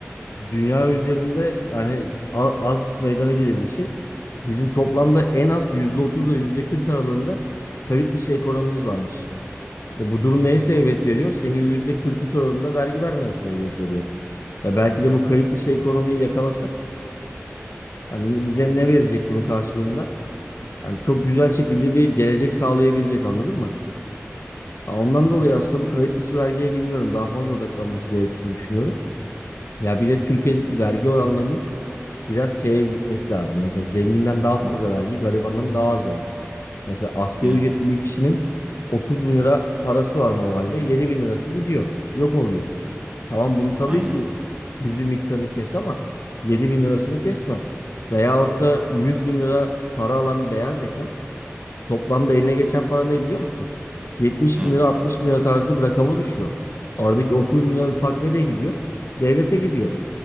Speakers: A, on the left; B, on the right.
A: dünya üzerinde yani a- az meydana gelir bir şey. Bizim toplamda en az %30 ile %40 aralığında kayıt dışı ekonomimiz varmış. E bu durum neye sebebiyet veriyor? Senin %43 oranında vergi vermeye sebebiyet veriyor. Ya belki de bu kayıt dışı ekonomiyi yakalasak Hani bize ne verecek bunun karşılığında? Hani çok güzel şekilde bir gelecek sağlayabilecek anladın mı? Ya Ondan dolayı aslında bu kayıt dışı vergiye bilmiyorum daha fazla odaklanması gerektiğini düşünüyorum. Ya bir de Türkiye'deki vergi oranlarının biraz şeye gitmesi lazım. Mesela zenginden daha fazla vergi, garibandan daha az vergi. Mesela asgari
B: Aynen.
A: ücretli bir kişinin 30 bin lira parası var normalde. 7 bin lirası gidiyor. Yok oluyor. Tamam bunu tabii
B: Aynen.
A: ki cüzi miktarını kes ama 7 bin lirasını kesme. Veyahut da 100 bin lira para alan bir beyaz yaka toplamda eline geçen para ne biliyor musun? 70
B: Hı,
A: bin lira 60 bin lira tarzı bir rakama düşüyor. Aradaki 30 bin liralık fark nereye gidiyor? Devlete gidiyor.